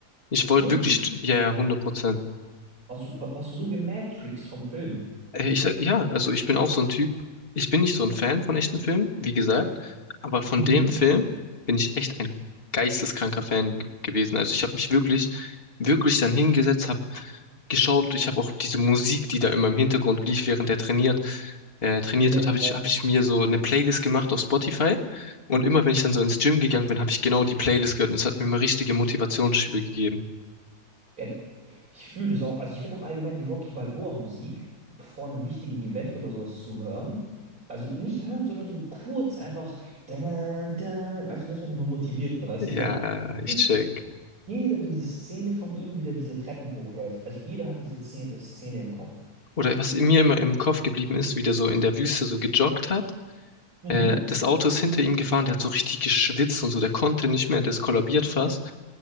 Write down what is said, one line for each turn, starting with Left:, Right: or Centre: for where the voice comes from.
Left: Ich wollte
Right: Wirklich?
Left: wirklich, st- ja, ja, hundert Prozent.
Right: Warst du, wa- warst du so gematrixed vom Film?
Left: Äh, Ich sag, ja, also ich bin auch so ein Typ. Ich bin nicht so ein Fan von echten Filmen, wie gesagt, aber von
Right: Mhm.
Left: dem Film bin ich echt ein geisteskranker Fan ge- gewesen. Also ich habe mich wirklich, wirklich dann hingesetzt, habe geschaut. Ich habe auch diese Musik, die da immer im Hintergrund lief, während er trainiert, äh, trainiert
Right: Ja,
Left: hat, habe
Right: genau.
Left: ich, habe ich mir so eine Playlist gemacht auf Spotify. Und immer wenn ich dann so ins Gym gegangen bin, habe ich genau die Playlist gehört. Und es hat mir immer richtige Motivationsschübe gegeben.
Right: Ja, ich fühle das auch. Also ich finde auch allgemein die Rocky Balboa Musik vor einem wichtigen Event oder sowas zu hören. Also nicht hören, sondern so kurz einfach. Dann, dann, dann, weißt du, dann ist man nochmal motivierter,
Left: <laughs>
Right: weißt
Left: Ja,
Right: du? Dann
Left: ich
Right: geht
Left: check.
Right: jeder diese Szene von ihm, wie der diese Treppen hochläuft. Also jeder hat diese Szene, Szene im Kopf.
Left: Oder was mir immer im Kopf geblieben ist, wie der so in der Wüste so gejoggt hat.
Right: Mhm.
Left: Äh, das Auto ist hinter ihm gefahren, der hat so richtig geschwitzt und so, der konnte nicht mehr, der ist kollabiert fast.